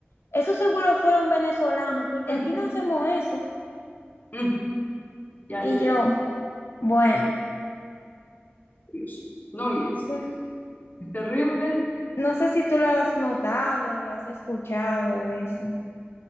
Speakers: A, on the left; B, on the left.
A: eso seguro fueron venezolanos, porque
B: mm,
A: aquí no hacemos eso.
B: mm, ya,
A: Y
B: ya,
A: yo, bueno.
B: Dios. No, y es
A: sí".
B: terrible.
A: No sé si tú lo has notado, lo has escuchado, eso.